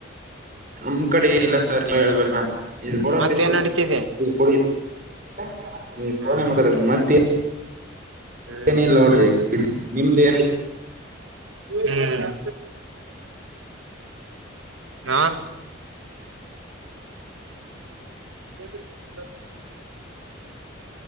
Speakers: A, on the right; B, on the right.
A: ನಮ್ ಕಡೆ ಏನಿಲ್ಲ ಸರ್ ನೀವೇ ಹೇಳ್ಬೇಕು ಕೊಡ
B: ಮತ್ತೇನ್
A: ಸ್ವಲ್ಪ
B: ನಡೀತಿದೆ
A: ಇದು ಕೋಡ ಇದು ಮತ್
B: ಹ್ಮ್
A: ಪೋನ್ ನಾಗ ಮಾತಾಡ ಮತ್ತೆ
B: ಹ್ಮ್
A: ಮತ್ ಏನಿಲ್ಲ ನೋಡ್ರಿ ನಿಮ್ದ್ ಏನ್
B: ಹುಂ ಹಾ <unintelligible>